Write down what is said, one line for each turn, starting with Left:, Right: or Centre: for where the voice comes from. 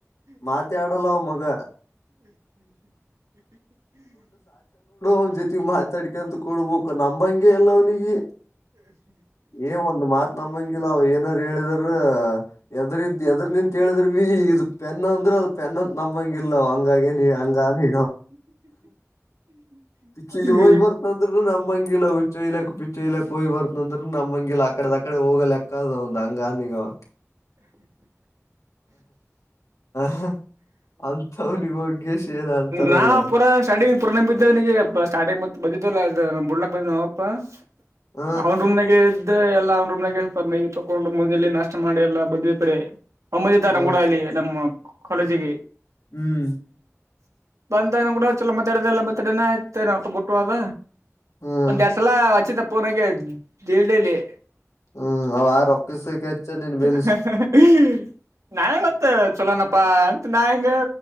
Left: ಮಾತೆ ಆಡಲ್ಲ ಅವ ಮಗ ್ ಜೊತೆಗೆ ಮಾತಾಡ್ಕೊಂತ ಕೊಡ್ಬೇಕು ನಂಬಂಗಗೆ ಅಲ್ಲ ಅವ್ನಿಗೆ ಏ ಒಂದ್ ಮಾತ್ ನಂಬಂಗಿಲ್ಲ ಅವ ಏನಾದಾರರು ಹೇಳಿದ್ರ ಎದ್ರ ಎದ್ರ ನಿಂತತ್ೇಳಿದ್ರ ಬಿ ಇ ಪನ್ನ ಅಂದ್ರೆ ಅದು ಪೆನ್ನ ನಮ್ಮಂಗ ಇಿಲ್ಲ ಹಂಗ ಹಂಗ ನೀ ಚಲ್ಲಿ
Right: ಹ್ಮ್
Left: ಹೋಗ್ ಬರ್ತಂದ್ರ ನಮ <unintelligible> ನಮ್ಮಂಗಿಲ ಹುಚ್ಚಯಲಕ್ ಪಿು ಇಯಲಕ್ ಹಯ್ ಬರ್ತ ಅಂದ್ರ ನಮ್ಮಂಗಿಲ ಅಕಡೆದಕಡೆ ಹೋಗೋ ಲೆಕ್ಕ ಅದ ಒ್ ಹಂಗ ಾ <unintelligible>
Right: <unintelligible>
Left: ಹ ಅಂತವ್ನಿಗೆ ಹೋಗಿಸಿ ಏನ ಅಂತಾರವಲ್ಲ
Right: ನಾ ಪೂಾ ಸ್ಟಾರ್ಟಿಂಗ್ <unintelligible> ಪೂರ ನಂಗ್ ಬಿದ್ದೇ್ ನಗೆಾ ಸಾರ್ಟಂಗ ಮ ಬಿದ್ದಿದವಲ್ಲ ಬಡ್ಲಕ್ ಬಂದ ನಾವಪ್ಪಾ <unintelligible>
Left: ಹ
Right: ಅವನ್ ರೂಮ್ನಾಗ ಇದ್ದ ಎಲ್ಲಾ ಅವ್ ರೂಮ್ನಾಗ ಮೈ ತಕೊಂಡು ಮುಂದೆಯಲ್ಲಿ ನಾಷ್ಟ ಮಾಡಿ ಎಲ್ಲ ಬಂದ ಈ ಕಡೆ ಒಮ್ಮಂದ ತ
Left: ಹ
Right: ಕೂಡ ಇಲ್ಲಿ ನಮ್ಮ ಕಾಲೇಜಿಗೆ
Left: ಹ್ಮ್
Right: ಬಂದಾನ ಕೂಡ ಚಲೋ ಮತಾಡ ಎಲ್ಲ ಮತಾಡನೆೇ ಆಯ್ತನ ಅಲ್ಪ ಗುಟ್ಟುವಾಗ
Left: ಹ್ಮ್
Right: ಒಂದ್ ಎರಡ್ ಸಲ ಆಚ್ಚಿದ ಪುನಗೆ ದಡಲಿ
Left: ಹ್ಮ್ ಅವ ಆ ರೊಕ್ಕಿಸಚ್ಚ ನೀನ್ ಬ
Right: <inaudible> ನಾ ಗೊತ್ತ ಚಲೋಣಪ್ಪಂತ ನಾ ಹೆಂಗ